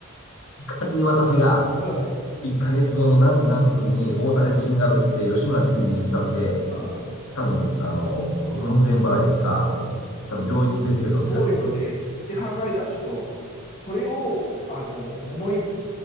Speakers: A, on the left; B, on the left.
A: 仮に私が、
B: うん、う
A: 1ヶ月後の何時何分に大阪地震があるって言って、
B: ん、
A: 吉村知事に言ったって、
B: うん、
A: 多分、あの、
B: うん、
A: 門前払いか、
B: うん。
A: 多分病院に連れて行くかどっちかですね、
B: そうですよね。
A: きっと。
B: って考えたら、ちょっとそ、それを、あの、思い、